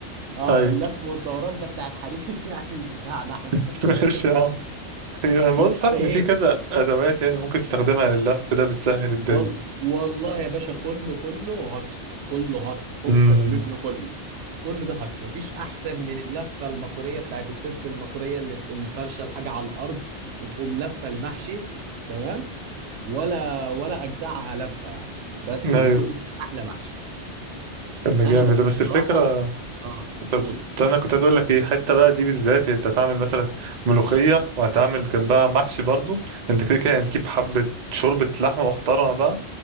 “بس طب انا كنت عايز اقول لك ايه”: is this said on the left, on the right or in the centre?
Right